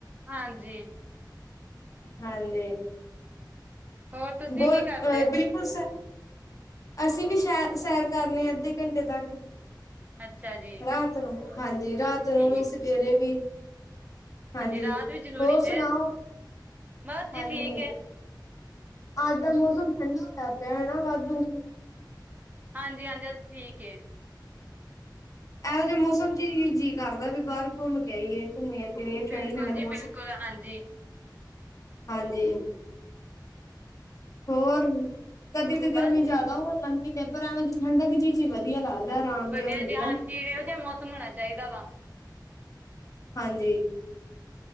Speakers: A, on the right (about 20°); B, on the left (about 45°).
A: ਹਾਂਜੀ
B: ਹਾਂਜੀ
A: ਹੋਰ ਤੁਸੀਂ
B: ਬਹੁਤ
A: ਕੀ ਕਰਦੇ
B: ਆ
A: ਹੋ
B: ਬਿਲਕੁਲ ਅਸੀਂ ਵੀ ਸੈਰ ਸੈਰ ਕਰਨੇ ਆ ਅੱਧੇ ਘੰਟੇ ਤੱਕ ਹੀ
A: ਅੱਛਾ ਜੀ
B: ਰਾਤ ਨੂੰ ਹਾਂਜੀ ਰਾਤ ਨੂੰ
A: ਠੀਕ
B: ਵੀ ਸਵੇਰੇ ਵੀ ਹਾਂਜੀ
A: ਰਾਤ ਵੀ ਜ਼ਰੂਰੀ
B: ਹੋਰ
A: ਹੈ।
B: ਸੁਣਾਓ
A: ਬਸ ਜੀ
B: ਹਾਂਜੀ
A: ਠੀਕ ਹੈ
B: ਅੱਜ ਦਾ ਮੌਸਮ ਠੰਡਾ ਹੋਇਆ ਪਿਆ ਹੈ ਵਾਧੂ
A: ਹਾਂਜੀ ਹਾਂਜੀ ਠੀਕ ਏ
B: ਮੋ ਜਦੇ ਮੌਸਮ ਚ ਜੀਅ ਕਰਦਾ ਵੀ ਬਾਹਰ ਘੁੰਮ ਕੇ ਆਈਏ। ਘੁੰਮੀੀਆਂ ਫਿਰਰੀਏ ਠੰਡਾ
A: ਬਿਲਕੁਲ
B: ਠੰਡਾ
A: ਜੀ
B: ਮੌਸਮ,
A: ਬਿਲਕੁਲ ਹਾਂਜੀ।
B: ਹਾਂਜੀ। ਹੋਰ ਕਦੇ ਤਾਂ ਗਰਮੀ
A: ਬਸ ਜੀ
B: ਜਿਆਦਾ
A: ਠੀ-
B: ਹੋ ਜਾਂਦੀ ਹੈ, ਪਰ ਐਵੇਂ ਦੀ ਠੰਡਕ ਜੀਜ਼ ਜੀ ਵਧੀਆ ਲੱਗਦਾ ਆਰਾਮ
A: ਵਧੀਆ
B: ਜਿਹਾ ਮਿਲਦਾ
A: <unintelligible> ਹੋਣਾ ਚਾਹੀਦਾ ਵਾ।
B: ਹਾਂਜੀ